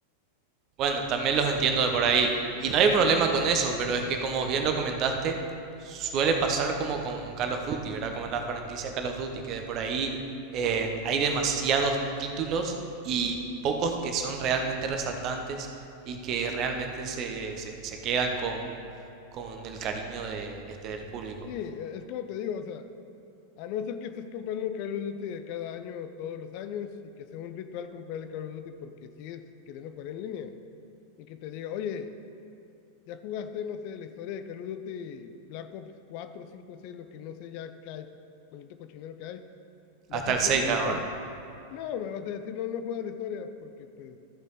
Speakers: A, on the right (about 35°); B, on the left (about 45°).
A: Bueno, también los entiendo de por ahí. Y no hay problema con eso, pero es que como bien lo comentaste, suele pasar como con Call of Duty, ¿verdad? Como en la franquicia Call of Duty, que de por ahí eh, hay demasiados títulos y pocos que son realmente resaltantes y que realmente se, se- se quedan con, con el cariño de, este, del público.
B: Sí, eh, es como te digo, o sea, A no ser que estés comprando un Call of Duty de cada año, todos los años, y que sea un ritual comprarle Call of Duty porque sigues queriendo jugar en línea, y que te diga, oye, ya jugaste, no sé, la historia de Call of Duty, Black Ops 4, 5, 6, lo que no sé ya que hay, maldito cochinero que hay, me
A: Hasta
B: vas a
A: el
B: decir,
A: 6
B: no,
A: ahora.
B: no, me vas a decir, no, no juegas la historia porque pues